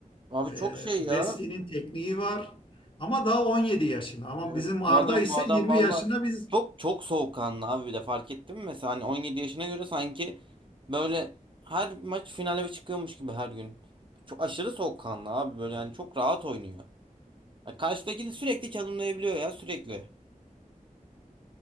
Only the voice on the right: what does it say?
abi
çok şey
ya.
Evet
bu adam
bu adam
valla
çok çok soğukkanlı abi bir de fark ettin mi mesela hani 17 yaşına göre sanki böyle her maç finale çıkıyormuş gibi her gün. Çok aşırı soğukkanlı abi böyle yani çok rahat oynuyor. Yani Karşıdaki de sürekli çalımlayabiliyor ya sürekli.